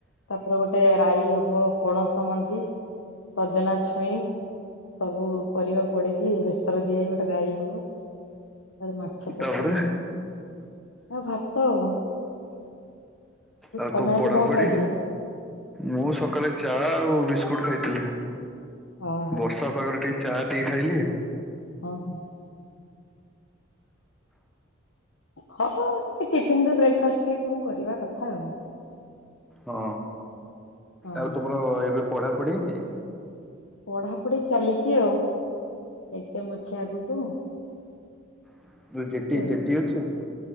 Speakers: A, on the left; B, in the centre.
A: ତା'ପରେ ଗୋଟେ ରାଇ ହବ ପଣସ ମଞ୍ଜି। ସଜନା ଛୁଇଁ। ସବୁ ପରିବା ପଡ଼ିକି ବେସର ଦିଆ ହେଇ ଗୋଟେ ରାଇ ହବ। ମାଛ ତର୍କାରୀ
B: ତାପରେ
A: ଭାତ ଆଉ।
B: ଆଉ
A: ତମେ
B: ତ
A: ଆଜି
B: ପଢ଼ାପଢ଼ି,
A: କଣ ଖାଇଥିଲ?
B: ମୁଁ ସକାଳେ ଚା ଆଉ ବିସ୍କୁଟ ଖାଇଥିଲି।
A: ଓହୋ
B: ବର୍ଷା ପାାଗରେ, ଟିକେ ଚାହା ଖାଇଲି।
A: <inaudible> ଟିକେ ଟିଫିନ୍ ବ୍ରେକ୍ ଫାଷ୍ଟ୍ ଟି କରିବା କଥା ଆଉ।
B: ହଁ!
A: ହଁ
B: ଆଉ ତୁମର ଏବେ ପଢ଼ାପଢ଼ି
A: ପଢ଼ାପଢ଼ି ଚାଲିଚି ଆଉ, ଏକ୍ଜାମ୍ ଅଛି ଆଗୁକୁ।
B: <inaudible>
A: ଆଉ